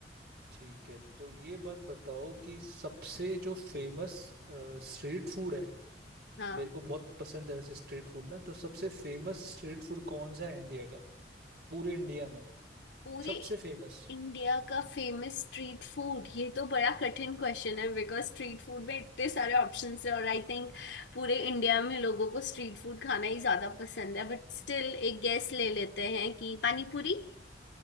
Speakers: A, on the right; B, on the left.
A: ठीक है तो ये बात बताओ कि सबसे जो फेमस स्ट्रीट फूड है
B: हाँ
A: मेरे को बहुत पसंद है वैसे स्ट्रीट फूड ना तो सबसे फेमस स्ट्रीट फूड कौन सा है इंडिया का पूरे इंडिया में
B: पूरे
A: सबसे फेमस
B: इंडिया का फेमस स्ट्रीट फूड ये तो बड़ा कठिन क्वेश्चन है बिकॉज स्ट्रीट फूड में इतने सारे ऑप्शंस हैं और आई थिंक पूरे इंडिया में लोगों को स्ट्रीट फूड खाना ही ज्यादा पसंद है बट स्टिल एक गैस ले लेते हैं कि पानी पूरी